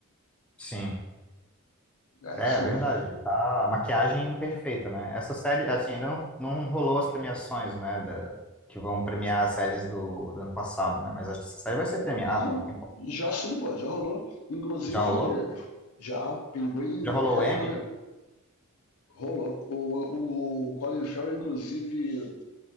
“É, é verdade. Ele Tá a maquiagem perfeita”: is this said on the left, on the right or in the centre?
Centre